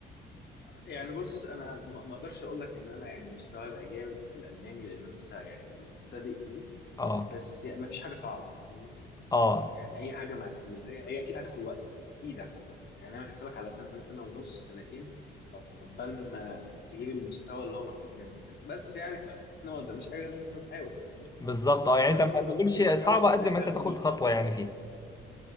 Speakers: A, on the left; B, on the left.
A: يعني بص انا ما ما اقدرش اقول لك ان انا يعني مستواي بقى جامد في الالماني لان انا لسه يعني مبتدئ فيه
B: اه
A: بس يعني ما فيش حاجه صعبه فاهمني
B: اه
A: يعني اي حاجه مع استمراريه هي اكيد هتاخد وقت اكيد هتاخد وقت يعني انا حسابك على سنه سنه ونص سنتين عقبال ما تجيب المستوى اللي هو مطلوب منك بس يعني احنا ما قدامناش حاجه غير ان احنا نحاول فاهمني
B: بالظبط اه يعني
A: فانت
B: انت ما
A: برضه
B: ما
A: ممكن
B: تمشي
A: تحاول
B: صعبه
A: تخليها
B: قد
A: بلان
B: ما انت تاخد
A: بي
B: خطوه يعني فيها